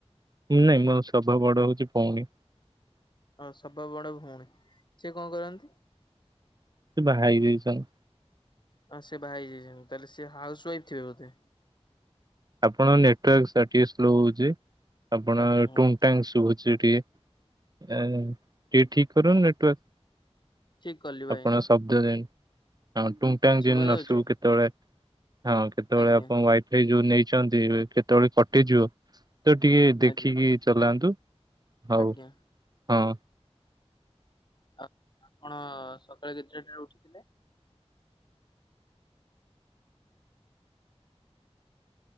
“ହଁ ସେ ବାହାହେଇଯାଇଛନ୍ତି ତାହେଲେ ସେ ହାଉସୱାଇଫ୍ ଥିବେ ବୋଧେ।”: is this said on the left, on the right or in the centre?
Left